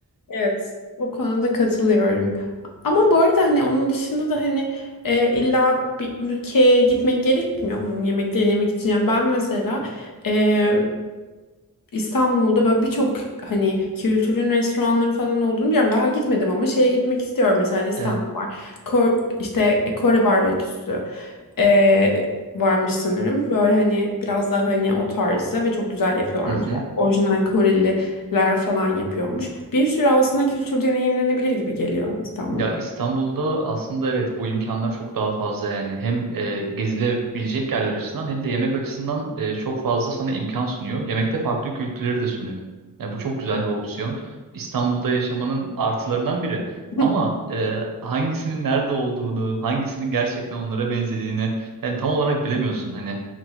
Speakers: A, on the left; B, on the right.
A: Evet, o konuda katılıyorum. Ama bu arada hani onun dışında da hani e, illa bir ülkeye gitmek gerekmiyor onun yemeklerini yemek için. Yani ben mesela e, İstanbul'da böyle birçok hani kültürün restoranları falan olduğunu biliyorum. Daha gitmedim ama şeye gitmek istiyorum. Mesela İstanbul'da
B: Evet.
A: var. Ko- işte e, Kore barbeküsü ee, varmış sanırım. Böyle hani biraz daha hani o tarzda ve çok güzel yapıyorlarmış.
B: Hı hı.
A: Yani orijinal Koreliler falan yapıyormuş. Bir sürü aslında kültür deneyimlenebilir gibi geliyor İstanbul'da.
B: Ya İstanbul'da aslında evet bu imkanlar çok daha fazla yani. Hem e, gezilebilecek yerler açısından hem de yemek açısından e, çok fazla sana imkan sunuyor. Yemekte farklı kültürleri de sunuyor. Yani bu çok güzel bir opsiyon. İstanbul'da yaşamanın artılarından biri.
A: <laughs>
B: Ama e, hangisinin nerede olduğunu, hangisinin gerçekten onlara benzediğini yani tam olarak bilemiyorsun. Hani